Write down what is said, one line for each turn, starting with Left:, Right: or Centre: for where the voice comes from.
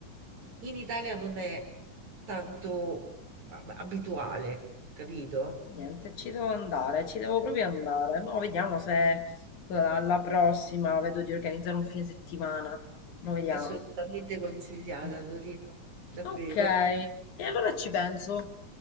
Right: in Italia non è tanto ab- abituale, capito?
Left: niente, ci devo andare, ci devo proprio andare. Mo vediamo se alla prossima vedo di organizzare un fine settimana. Ma vediamo.
Right: Assolutamente consigliata
Left: Mm.
Right: Torino, davvero.
Left: Ok, e
Right: <laughs>
Left: allora ci penso.